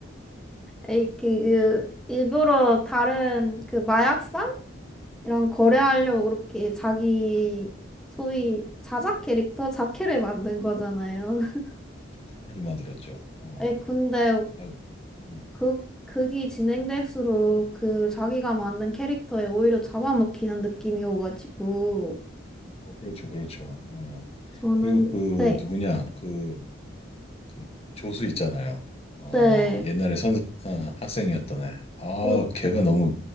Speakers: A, in the centre; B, on the left.
A: 에이, 그, 그 일부러 다른 그 마약상 이랑 거래하려고
B: 네.
A: 그렇게 자기 소위 자작 캐릭터 자캐를 만든 거잖아요. <laughs>
B: 그렇죠. 부를 만들었죠. 어.
A: 에이, 근데
B: 아 음,
A: 그 극이 진행될수록 그 자기가 만든
B: 음.
A: 캐릭터에 오히려 잡아먹히는 느낌이 오가지고
B: 어, 그렇죠, 그렇죠. 어.
A: 저는
B: 그리고 그
A: 네,
B: 누구냐? 그, 그 조수 있잖아요. 어,
A: 네,
B: 옛날에 선 어, 학생이었던 애. 아,
A: 어,
B: 걔가 너무